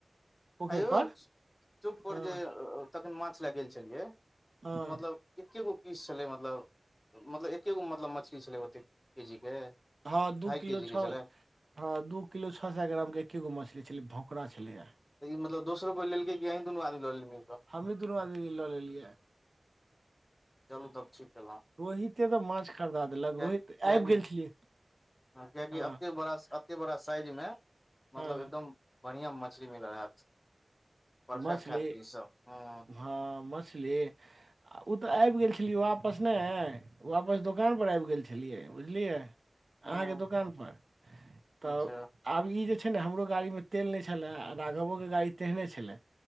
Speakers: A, on the right; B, on the left.
A: पोखरि
B: आयुछ
A: पर
B: चुप पर
A: हँ
B: जे तखन माछ लय गेल छलियै
A: हँ
B: मतलब एके गो पीस छलै मतलब मतलब एके गो मछली छलै ओतेक के जी के।
A: हँ, दू
B: ढाई
A: किलो
B: के जी
A: छय।
B: के छलै
A: हँ, दू किलो छओ सए ग्रामके एके गो मछली छलै, भोकरा छलैया।
B: लेकिन मतलब दोसरो लेलकै कि अही दुनूअदमी ललेलिए मिल क।
A: हमही दुनू आदमी लऽ लेलियै।
B: चलू तब ठीक के लोउ।
A: रोहिते तऽ माछ खरीदा देलक
B: कै
A: रोहित आबि
B: गेल
A: छलियै
B: कै
A: हँ
B: बेर अपने बोरा स। एते बड़ा साइज मे मतलब
A: हँ
B: एकदम बढ़िया मछली मिलेल छेई बरका
A: मछली
B: ठेपी सब हुं।
A: हँ, मछली ओ तऽ आबि गेल छलै आपस नहि। वापस दुकानपर आबि गेल छलियै बुझलियै अहाँके
B: हँ
A: दुकानपर। तऽ
B: अच्छा
A: आब ई जे छै ने हमरो गाड़ीमे तेल नहि छलै, राघवोे गाड़ी तेहने छलै।